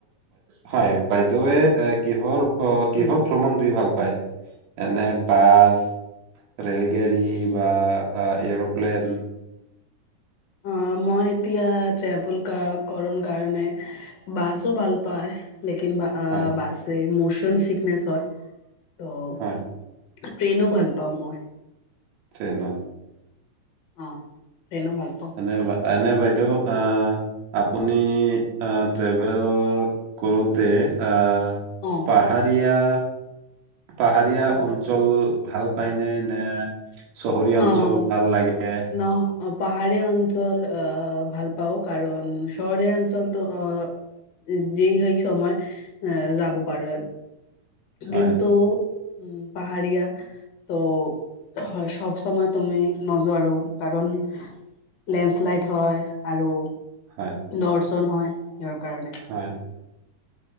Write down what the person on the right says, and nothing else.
হয় বাইদেউৱে এ কিৰ অ' কিহত
ভ্ৰমণ কৰি ভাল পায়? এনে বাছ, ৰেলগাড়ী বা এৰ'প্লেন।
হয়
হয়
ট্ৰেইন।
এনে বা- এনে বাইদেউ আহ আপুনি ট্ৰেভেল কৰোতে আহ
পাহাৰীয়া পাহাৰীয়া অঞ্চল ভাল পায়নে নে? চহৰীয়া অঞ্চল
ভাল লাগে।
হয়
হয়
হয়